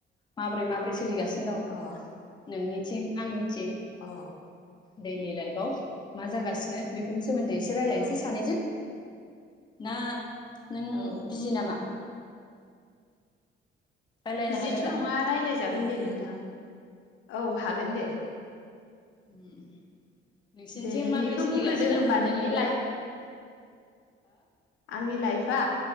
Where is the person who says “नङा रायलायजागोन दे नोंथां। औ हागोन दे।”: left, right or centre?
Left